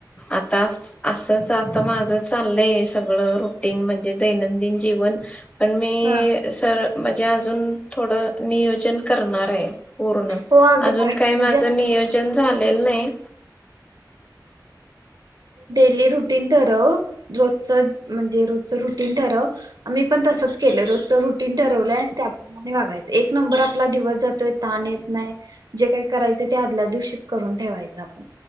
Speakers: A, on the left; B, on the right.
A: आता असंच आता माझ चाललंय सगळं रुटीन म्हणजे दैनंदिन जीवन पण मी
B: हा
A: सर म्हणजे अजून थोडं नियोजन करणार, रे. <inaudible> पूर्ण
B: हो अगं
A: अजून काही माझं
B: म्हणजे
A: नियोजन झालेलं नाही.
B: डेली रुटीन ठरव रोजच म्हणजे रोजच रुटींग ठरव, आम्ही पण तसच केलं रोजच रुटीन ठरवलंय त्याप्रमाणे वागायचं. एक नंबर आपला दिवस जातोय ताण येत नाय जे काय करायचं ते आदल्या दिवशीच करून ठेवायचं आपण